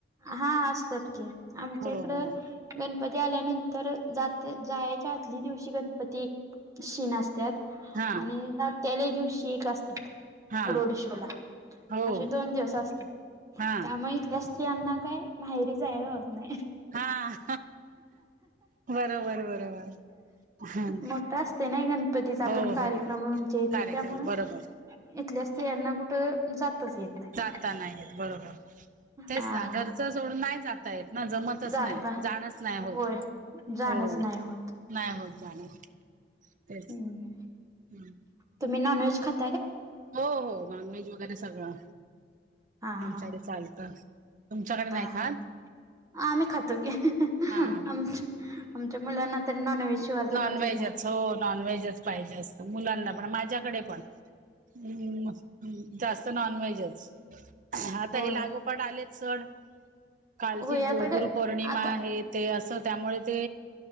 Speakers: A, on the right; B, on the right.
A: हा असतात की आमच्या
B: हो
A: इकडं
B: हो
A: गणपती आल्यानंतर जात जायच्या आधली दिवशी गणपती एक शीन असतात.
B: हा
A: आणि त्याल्या दिवशी एक असतात.
B: हा
A: रोड शो ला
B: हो
A: अे दोन दिवस असते
B: हा
A: त्यामुळेथ अस स्त्रियांना काही माहेरी जायवज होत नाही.
B: हा‌. बरोबर बरोबर हम.
A: मोठा असते नाही गणपतीचा
B: हो
A: पण कार्यक्रम
B: हो
A: आमच्या इथं
B: कार्यक्रम
A: त्यामुळं
B: बरोबर.
A: इथल्या स्त्रि यांना कुठं जातच येत नाही
B: जाता नाहीयेत बरोबर तेच
A: हा
B: ना घरचं सोडून नाही जात. जमतच
A: जाता
B: नाही जाणच नाही होत.
A: होय. जाणच नाही होत
B: नाही होत जाणार तेच
A: हम्म
B: हम.
A: तुम्ही नॉनव्हेज खात
B: हो हो नॉन व्हेज वगैरे सगळं
A: हा
B: आमच्याकडे
A: हा
B: चालतं. तुमच्याकडे नाही
A: हा
B: खात?
A: हा आम्ही खातो की
B: हा
A: आ
B: हा
A: आमच्या मुलांना तरी नॉन व्हेज शिवाय जमतच
B: नॉनव्हेजच
A: नाही.
B: हो नॉनव्हेजच पाहिजे असतं मुलांना पण माझ्याकडे पण. हम्म, जास्त नॉन व्हेजच आता
A: होय
B: हे लागू पट आलेत चण कालची
A: होय
B: गु
A: आता
B: -गुरुपौर्णिमा
A: ग आता
B: आहेत. ते असं त्यामुळे ते